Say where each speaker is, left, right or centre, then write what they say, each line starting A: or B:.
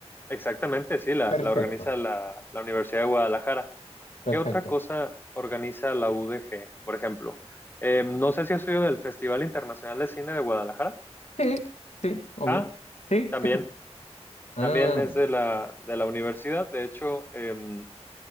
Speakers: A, on the left; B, on the left.
A: Exactamente, sí, la,
B: Perfecto,
A: la organiza la, la Universidad de Guadalajara.
B: perfecto.
A: ¿Qué otra cosa organiza la UDG, por ejemplo? Eh, no sé si has oído del Festival Internacional de Cine de Guadalajara.
B: Sí, sí, obvio.
A: Ah,
B: Sí,
A: también,
B: se escucha. Ah,
A: también es de la, de la universidad. De hecho, em,